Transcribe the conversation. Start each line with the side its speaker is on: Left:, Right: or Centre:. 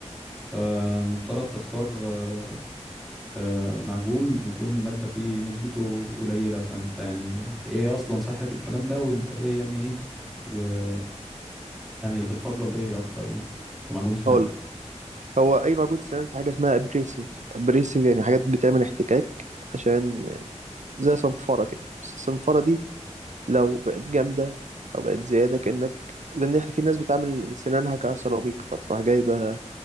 Centre: فالمفترض تختار آه، آه، معجون يكون ماده فيه نسبته قليله فانت يعني ايه اصلا صحه الكلام ده وانت ايه يعني ايه ويعني بتفضل ايه اكتر يعني كمعجون سنان
Right: هقول هو اي موجود سنان في حاجه اسمها ابريسيف ابريسيف يعني حاجات بتعمل احتكاك عشان زي صنفره كده بس الصنفره دي لو بقت جامدة أو بقت زيادة كأنك لأن إحنا في ناس بتعمل سنانها كسيراميك فتروح جايبة